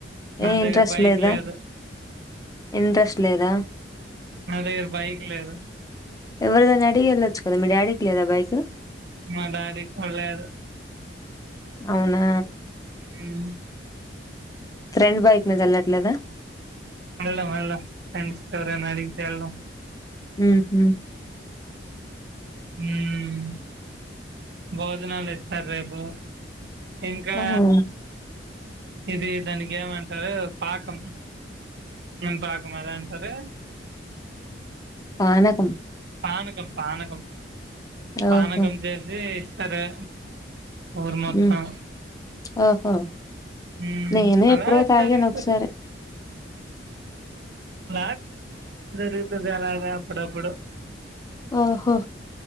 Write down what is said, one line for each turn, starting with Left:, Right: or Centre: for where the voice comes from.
Right: నా
Left: ఏ
Right: దగ్గర
Left: ఇంట్రెస్ట్
Right: బైక్
Left: లేదా
Right: లేదు
Left: ఇంట్రెస్ట్ లేదా
Right: నా దగ్గర బైక్ లేదు
Left: ఎవరిదైనా అడిగి వెళ్ళొచ్చు కదా మీ డాడీకి లేదా బైక్
Right: మా డాడీకి కుడ్లేదు
Left: అవునా
Right: హ్
Left: ఫ్రెండ్ బైక్ మీద వెళ్ళట్లేదా
Right: హలో హలో ఫ్రెండ్స్ ఎవరు అయినా అడిగితే హెల్లొ
Left: హుహు
Right: హ్ భోజనాలు ఇస్తారు రేపు ఇంకా
Left: ఆహా
Right: ఇది దానికి ఏమంటారు పాకం ఏం పాకమో అంటారు
Left: పనకం
Right: పానకం పానకం పానకం
Left: ఓహో
Right: చేసి ఇస్తారు ఊరు మొత్తం
Left: హ్మ్ ఓహో
Right: మ్మ్
Left: నేను
Right: అలా
Left: ఎప్పుడో తాగాను
Right: జరుగుతది
Left: ఒకసారి
Right: <unintelligible> వస్తుది ఎలాగ అప్పుడప్పుడు
Left: ఆహో